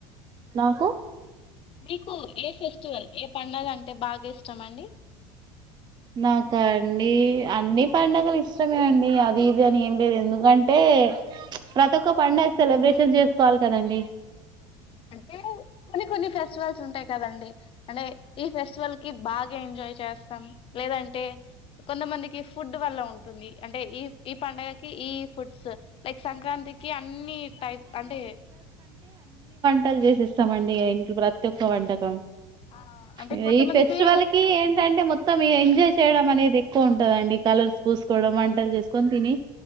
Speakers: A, on the right; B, on the left.
A: నాకు
B: మీకు ఏ ఫెస్టివల్ ఏ పండగ అంటే బాగా ఇష్టమండి.
A: నాకా అండి అన్ని పండగలు ఇష్టమే అండి అది ఇది అని ఏం లేదు ఎందుకంటే ప్రతి ఒక్క పండగ సెలబ్రేషన్ చేసుకోవాలి కదండి.
B: అంటే కొన్ని కొన్ని ఫెస్టివల్స్ ఉంటాయి కదండి. అంటే ఈ ఫెస్టివల్ కి బాగా ఎంజాయ్ చేస్తాం లేదంటే. కొంతమందికి ఫుడ్ వల్ల ఉన్ టుంది అంటే ఈ ఈ పండగకి ఈ ఫుడ్స్. లైక్ సంక్రాంతికి అన్నీ టైప్ అంటే
A: టలు చేసేస్తాంమండి ఇంట్లో ప్రతి ఒక్క వంట. తమ్
B: ఆ అంటే
A: ఇగ
B: కొంతమందికి
A: ఈ ఫెస్టివల్ కి ఏంటంటే మొత్తం ఇగా ఎంజాయ్. చేయడం అనేది ఎక్కువ ఉంటదండి కలర్స్ పూసుకోవడం వంటలు చేసుకొని తిని